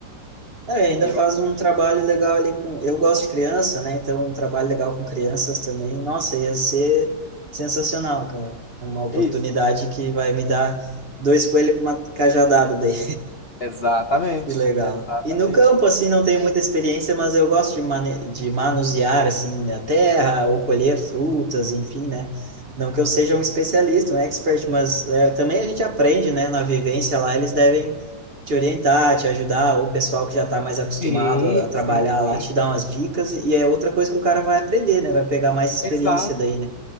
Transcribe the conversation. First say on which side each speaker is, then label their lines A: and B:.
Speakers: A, on the right (about 35°); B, on the left (about 45°).
A: É, ainda
B: Eu
A: faz
B: acho
A: um trabalho legal ali com. Eu gosto de criança, né? Então, um trabalho legal com crianças também. Nossa, ia ser sensacional, cara. É uma oportunidade
B: que é isso.
A: que vai me dar dois coelhos com uma cajadada daí.
B: Exatamente,
A: Que legal.
B: exatamente.
A: E no campo, assim, não tenho muita experiência, mas eu gosto de, mane- de manusear, assim, a terra ou colher frutas, enfim, né? Não que eu seja um especialista, um expert, mas é, também a gente aprende, né? Na vivência lá, eles devem te orientar, te ajudar, ou o pessoal que já está mais acostumado
B: Sim,
A: a trabalhar
B: sim, sim.
A: lá te dá umas dicas, e é outra coisa que o cara vai aprender, né? Vai pegar mais experiência
B: Exato,
A: daí, né?